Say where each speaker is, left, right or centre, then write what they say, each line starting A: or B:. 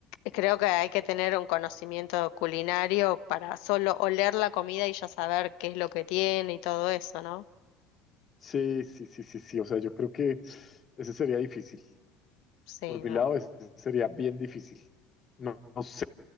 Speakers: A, on the left; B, on the left.
A: Creo que hay que tener un conocimiento culinario para solo oler la comida y ya saber qué es lo que tiene y todo eso, ¿no?
B: Sí, sí, sí, sí, sí. O sea, yo creo que ese sería difícil.
A: Sí,
B: Por
A: no.
B: mi lado, ese sería bien difícil. No, no sé.